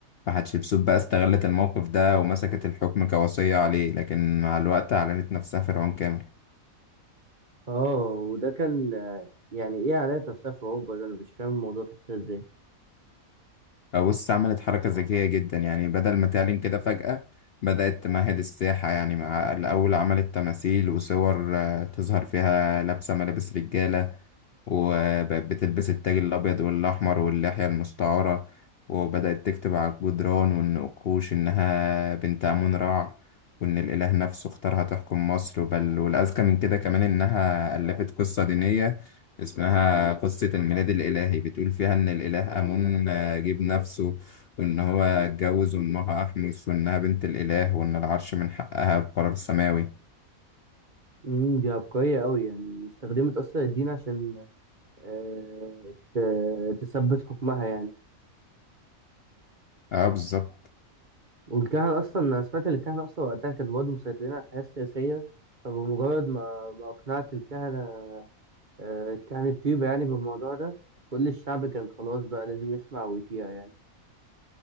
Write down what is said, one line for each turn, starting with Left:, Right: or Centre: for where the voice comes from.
Left: فحتشبسوت بقى استغلت الموقف ده ومسكت الحكم كوصية عليه لكن مع الوقت أعلنت نفسها فرعون كامل
Right: آه وده كان آه، يعني إيه عليها نفسها في أوروبا ده أنا مش فاهم الموضوع ده حصل إزاي؟
Left: بص عملت حركة ذكية جدا يعني بدل ما تعلن كده فجأة بدأت تمهد الساحة يعني مع الأول عملت تماثيل وصور آه، تظهر فيها لابسة ملابس رجالة وبقت بتلبس التاج الأبيض والأحمر واللحية المستعارة وبدأت تكتب على الجدران والنقوش إنها بنت آمون رع وإن الإله نفسه اختارها تحكم مصر بل والأذكى من كده كمان إنها ألفت قصة دينية اسمها قصة الميلاد الإلهي بتقول فيها إن الإله آمون آه، جاب نفسه وإن هو اتجوز وإمها أحمس وإنها بنت الإله وإن العرش من حقها بقرار سماوي
Right: امم دي عبقرية أوي يعني استخدمت أصلا الدين عشان آه، ت- تثبت حكمها يعني
Left: اه بالظبط
Right: والكهنة أصلا أنا سمعت إن الكهنة أصلا وقتها كانوا برضه مسيطرين على الحياة السياسية فبمجرد ما ما أقنعت الكهنة آه، كهنة طيبة يعني بالموضوع ده كل الشعب كان خلاص بقى لازم يسمع ويطيع يعني